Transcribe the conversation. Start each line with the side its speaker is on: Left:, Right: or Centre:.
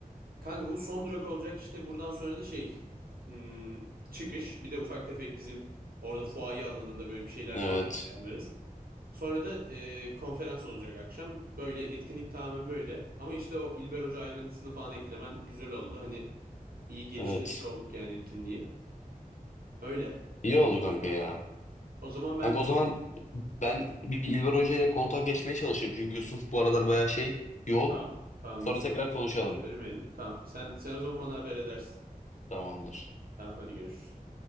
Right: Kanka bu son durak olacak işte buradan sonra da şey hmm, çıkış. Bir de ufak tefek bizim orada fuaye alanında böyle bir şeyler
Left: Evet.
Right: falan filan ayarlarız. Sonra da e, konferans olacak akşam. Böyle etkinlik tamamen böyle. Ama işte o İlber Hoca ayrıntısını falan eklemen güzel oldu. Hani iyi geliştirmiş
Left: Evet.
Right: olduk yani etkinliği. Öyle.
Left: İyi oldu kanka ya.
Right: O zaman ben
Left: Kanka o zaman
Right: e,
Left: Ben bir İlber Hoca ile kontak geçmeye çalışayım. Çünkü Yusuf bu aralar bayağı şey yoğun.
Right: Tamam. Tamam
Left: Sonra
Right: Yusuf
Left: tekrar konuşalım.
Right: söylemeyelim. Tamam. Sen sen o zaman bana haber edersin.
Left: Tamamdır.
Right: Tamam hadi görüşürüz.